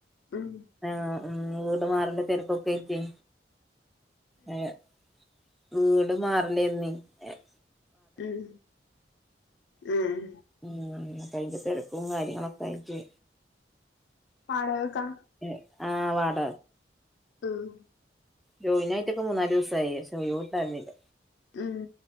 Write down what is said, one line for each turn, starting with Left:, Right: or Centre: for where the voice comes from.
Left: ഉം.
Centre: ആ ഉം ട് മാറണെ തെരക്കൊക്കാ യിട്ടേ. ഏഹ് വീട് മാറലേന്നീ ഏഹ്.
Left: ഉം ഉം.
Centre: ഉം അതിന്റെ തെരക്കും കാര്യങ്ങളൊക്കായിറ്റ്.
Left: വാടയ് ക്കാ
Centre: ഏഹ് ആ വാട
Left: ഉം.
Centre: ജോയിനായിട്ടൊക്കെ മൂന്നാലൂ സായി പക്ഷേ യിവ്ണ്ടായിന്നില.
Left: ഉം.